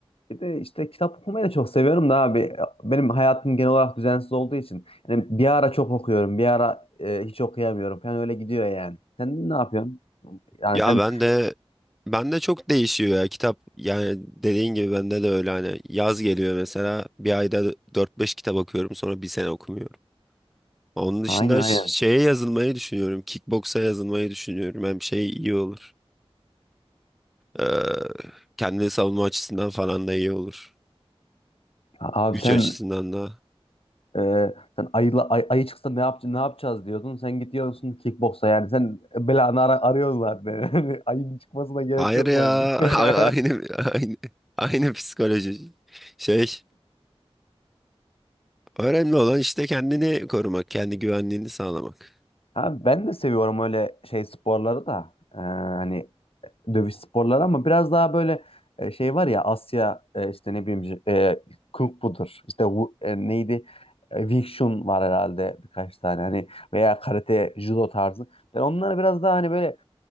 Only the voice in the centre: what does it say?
Ya
ben de ben de çok değişiyor ya kitap yani dediğin gibi bende de öyle hani yaz geliyor mesela bir ayda dört beş kitap okuyorum sonra bir sene okumuyorum. Onun dışında
ş- şeye yazılmayı düşünüyorum kickboksa yazılmayı düşünüyorum hem şey iyi olur ee, kendini savunma açısından falan da iyi olur
güç
açısından da.
Hayır
ya.
<laughs> A- Aynı aynı aynı psikoloji. Şey, önemli olan işte kendini korumak, kendi güvenliğini sağlamak.